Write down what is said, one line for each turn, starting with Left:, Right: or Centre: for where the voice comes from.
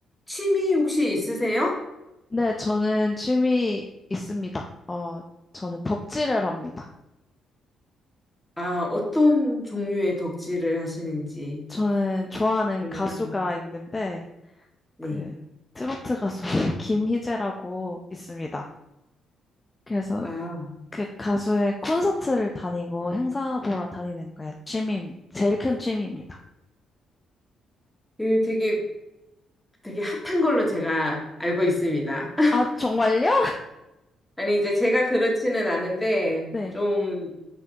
Centre: 취미 혹시 있으세요?
Left: 네, 저는 취미 있습니다. 어, 저는 덕질을 합니다.
Centre: 아, 어떤 종류의 덕질을 하시는지
Left: 저는 좋아하는
Centre: 궁금하네요.
Left: 가수가 있는데,
Centre: 네.
Left: 그, 트로트 가수 <laughs> 김희재라고 있습니다. 그래서
Centre: 아,
Left: 그 가수의 콘서트를 다니고 행사 보러 다니는 거에 취미, 제일 큰 취미입니다.
Centre: 그 되게 되게 핫한 걸로 제가 알고 있습니다. <laughs>
Left: 아, 정말요?
Centre: 아니, 이제 제가 그렇지는 않은데
Left: 네.
Centre: 좀